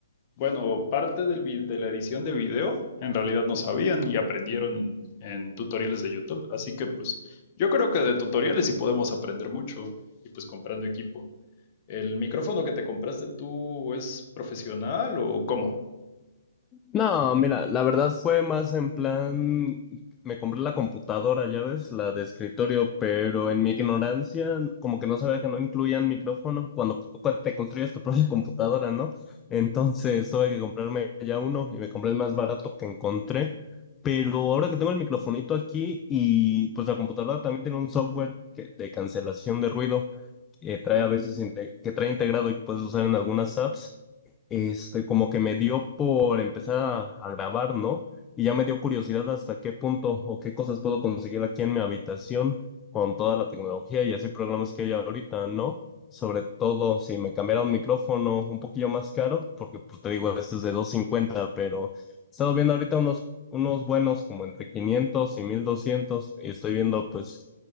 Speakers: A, on the left; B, on the left.
A: bueno, parte del vi- de la edición de video en realidad no sabían y aprendieron en, en tutoriales de YouTube. Así que pues yo creo que de tutoriales sí podemos aprender mucho y pues comprando equipo. ¿El micrófono que te compraste tú es profesional o cómo?
B: No, mira, la verdad fue más en plan, me compré la computadora, ya ves, la de escritorio, pero en mi ignorancia, como que no sabía que no incluían micrófono cuando cu- cu- te construyes tu propia <laughs> computadora, ¿no? Entonces tuve que comprarme ya uno y me compré el más barato que encontré, pero ahora que tengo el microfonito aquí y pues la computadora también tiene un software que- de cancelación de ruido, que trae a veces inte- que trae integrado y que puedes usar en algunas apps, este, como que me dio por empezar a, a grabar, ¿no? Y ya me dio curiosidad hasta qué punto o qué cosas puedo conseguir aquí en mi habitación con toda la tecnología y así programas que hay ahorita, ¿no? Sobre todo si me cambiara un micrófono un poquillo más caro, porque pues te digo, este es de 250 pero he estado viendo ahorita unos, unos buenos como entre 500 y 1200 y estoy viendo pues,